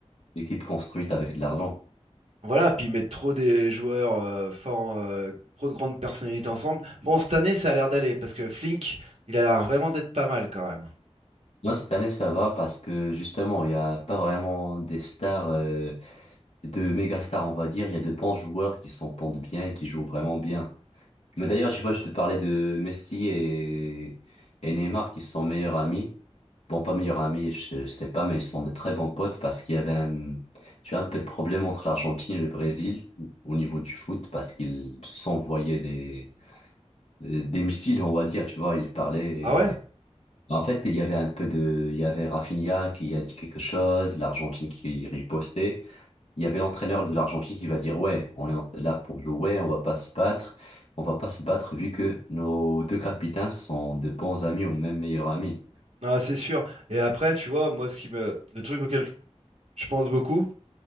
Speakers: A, on the left; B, on the right.
A: l'équipe construite avec de l'argent.
B: voilà, puis ils mettent trop des joueurs euh, forts, euh, trop de grandes personnalités ensemble. Bon, cette année, ça a l'air d'aller, parce que Flink, il a l'air vraiment d'être pas mal, quand même.
A: Non, cette année, ça va parce que justement, il n'y a pas vraiment des stars, euh, de méga stars, on va dire. Il y a de bons joueurs qui s'entendent bien, et qui jouent vraiment bien. Mais d'ailleurs, je vois, je te parlais de Messi et, et Neymar qui sont meilleurs amis. Bon, pas meilleurs amis, je sais pas, mais ils sont de très bons potes parce qu'il y avait un, tu vois, un peu de problème entre l'Argentine et le Brésil au niveau du foot parce qu'ils s'envoyaient des, des missiles, on va dire, tu vois, ils parlaient.
B: Ah ouais?
A: et en fait, il y avait un peu de, il y avait Rafinha qui a dit quelque chose, l'Argentine qui ripostait. Il y avait l'entraîneur de l'Argentine qui va dire, ouais, on est en- là pour jouer, on va pas se battre, on va pas se battre vu que nos deux capitaines sont de bons amis ou même meilleurs amis.
B: Non, c'est sûr. Et après, tu vois, moi, ce qui me. Le truc auquel je je pense beaucoup.